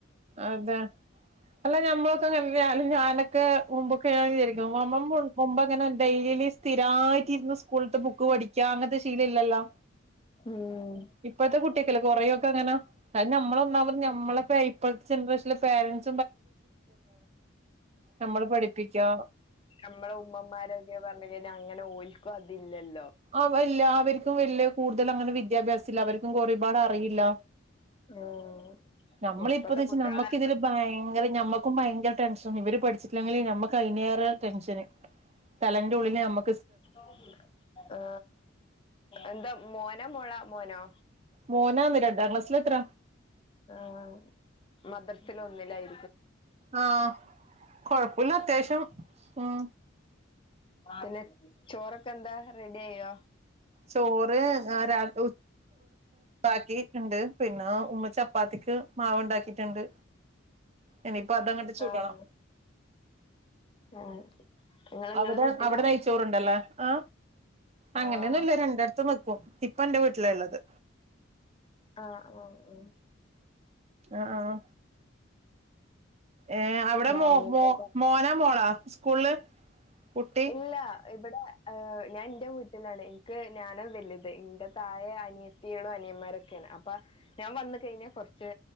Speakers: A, on the right; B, on the left.
A: അതെ അല്ല നമ്മൾ ഒക്കെ ഞാനൊക്കെ മുമ്പൊക്കെകേരി മുമ്പങ്ങനെ ഡെയിലി സ്ഥിരായിട്ടിര്ന്ന് സ്കൂൾത്തെ ബുക്ക് പഠിക്യാ അങ്ങൻത്തൊരു ശീലയില്ലല്ലൊ
B: ഉം
A: ഇപ്പത്തെ കട്ട്യേകല്ലെ കൊറേയൊകങ്ങന അങ്ങനെ ഞമ്മളൊന്നാമത് ഞമ്മൾ ഇപ്പത്തെ ജനറേഷൻ പേരൻസ് നമ്മള് പഠിപ്പിക്കാ
B: നമ്മളെ ഉമ്മമാരൊക്കെ പറഞ്ഞ കഴിഞ്ഞാൽ അങ്ങനെ ഓൽ ഇപ്പ അതില്ലലോ
A: അവർ ലാം അവർക്ക് വലിയ കൂടുതൽ വിദ്യാഭ്യാസം അവർകും ഒരു പാടറിയില്ല
B: ആഹ്
A: ഞമ്മളിപതെച്
B: ഇപ്പത്തെ കുട്ടികളെ
A: ഞമ്മകിതൊരു ഭയങ്കര ഞമ്മകും ഭയങ്കര ടെൻഷ് ഇവര് പഠിച്ചിട്ടില്ലെങ്കില് ഞമ്മക്ക് അതിനേറെ ടെൻഷന് തലന്റെ ഉള്ളില് ഞമ്മക്ക്
B: ഓ ആ എന്താ മോന മോളാ മോനോ
A: മോനാന്ന് രണ്ട് എത്ര ക്ലാസ്സിൽ എത്ര
B: ആ മദ്രസിൽ ഒന്നിലായി
A: ആഹ് കൊഴപ്പില്ല അത്യാവശ്യം മ്
B: പിന്നെ ചോറൊക്കെ എന്താ റെഡി ആയോ
A: ചോറ് ആ രാത്രി ബാക്കി ഇണ്ട് പിന്നെ ഉമ്മ ചപ്പാത്തിക്ക് മാവ് ഉണ്ടാക്കി ഇണ്ട് ഇനിയിപ്പൊ അതങ്ങ് ചൂടണം
B: ആഹ് ആഹ് നിങ്ങള് നിങ്ങളെ
A: അവിടെ
B: വീട്ടിലാ
A: അവിടെ നെയ്ച്ചോറണ്ടല്ലേ ആ അങ്ങനെയൊന്നുല്ല
B: ആഹ്
A: രണ്ടടുത്തും നിക്കും ഇപ്പൊ എന്റെ വീട്ടില ഉള്ളത്
B: ആഹ് അ അ
A: ആഹ് ഏ അവിടെ
B: വേറെങ്ങോട്ടല്ല
A: മോ മോ മോനാ മോളാ? സ്കൂളില് കുട്ടി
B: ഇല്ല ഇവിടെ ഏഹ് ഞാൻ എന്റെ വീട്ടിലാണ് എനിക്ക് ഞാനാ വലുത് എന്റെ തായെ അനിയത്തികളും അനിയന്മാരൊക്കെയാണ് അപ്പൊ ഞാൻ വന്ന് കഴിഞ്ഞാൽ കുറച്ച്